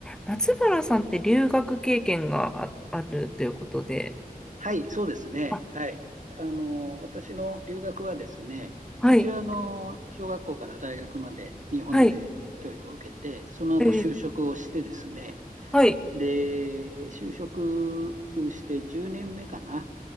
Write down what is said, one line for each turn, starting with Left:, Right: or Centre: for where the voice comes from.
Centre: 松原さんって留学経験があ、あるということで。
Right: はい、そうですね。
Centre: あ、
Right: はい。あの、私の留学はですね、
Centre: はい、
Right: 一応あの、小学校から大学まで日本で教育を受けて、
Centre: はい、
Right: その後就職をしてですね、
Centre: えー、はい、
Right: で、就職して10年目かな、